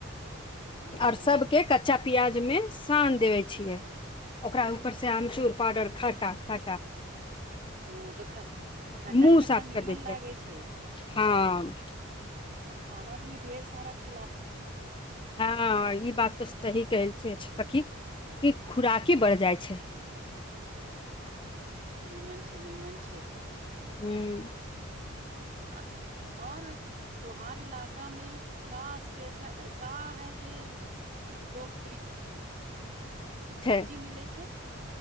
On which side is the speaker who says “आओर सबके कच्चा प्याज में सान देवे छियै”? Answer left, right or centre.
Left